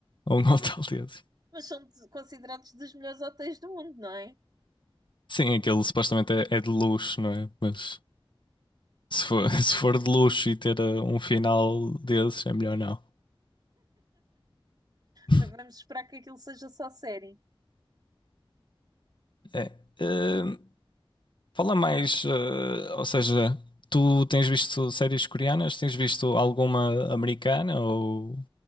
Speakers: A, on the left (about 55°); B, on the right (about 45°).
A: a um <laughs> hotel desses.
B: Mas são de- considerados dos melhores hotéis do mundo, não é?
A: Sim, aquele supostamente é, é de luxo, não é? Mas se for, <laughs> se for de luxo e ter ah, um final desses, é melhor não. <laughs>
B: Bem, vamos esperar que aquilo seja só série.
A: É. Eh, fala mais, eh, ou seja, tu tens visto séries coreanas? Tens visto alguma americana ou,